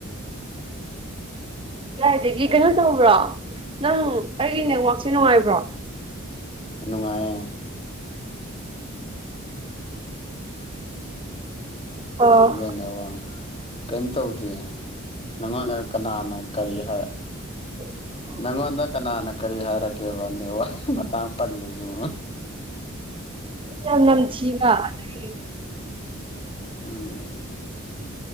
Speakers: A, on the right; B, on the left.
A: ꯀꯥꯏꯗꯒꯤ ꯀꯩꯅꯣ ꯇꯧꯕ꯭ꯔꯣ ꯅꯪ ꯑꯩꯒꯤ ꯅꯦꯠꯋꯥꯛꯁꯦ ꯅꯨꯡꯉꯥꯏꯕ꯭ꯔꯣ
B: ꯅꯨꯡꯉꯥꯏꯌꯦ
A: ꯎꯝ <unintelligible> <inaudible> ꯑꯣ
B: ꯅꯦꯠꯋꯥꯔꯛ ꯀꯩꯝ ꯇꯧꯗꯦ ꯅꯪꯉꯣꯟꯗ ꯀꯅꯥꯅ ꯀꯔꯤ ꯍꯥꯏ
A: ꯑꯣ
B: ꯅꯪꯉꯣꯟꯗ ꯀꯅꯥꯅ ꯀꯔꯤ ꯍꯥꯏꯔꯛꯀꯦꯕ ꯅꯦꯠ ꯋꯥꯥꯔꯛꯀꯤ ꯃꯇꯥꯡ ꯄꯜꯂꯤꯁꯤꯕꯣ
A: ꯌꯥꯝ ꯅꯝꯊꯤꯕ ꯑꯗꯨꯗꯒꯤ
B: ꯎꯝ